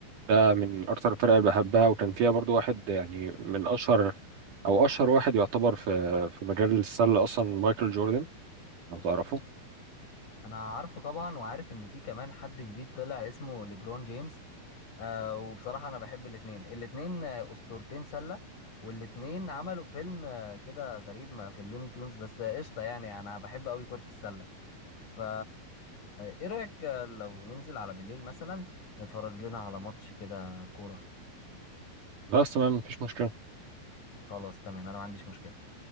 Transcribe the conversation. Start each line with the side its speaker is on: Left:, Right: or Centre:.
Right: ده من اكتر الفرق اللي بحبها وكان فيها برضو واحد يعني من اشهر او اشهر واحد يعتبر في في مجال السله اصلا مايكل جوردن لو تعرفه
Left: انا عارفه طبعا وعارف ان في كمان حد جديد طلع اسمه ليبرون جيمس آه وبصراحة انا بحب الاتنين الاتنين آه، اسطورتين سلة والاتنين عملوا فيلم آه، كده غريب ما في اللوني تونز بس آه، قشطة يعني انا بحب قوي كرة السلة فا ايه رأيك لو ننزل على بالليل مثلا نتفرج لنا على ماتش كده كورة
Right: بس تمام مفيش مشكله
Left: خلاص تمام انا ما عنديش مشكلة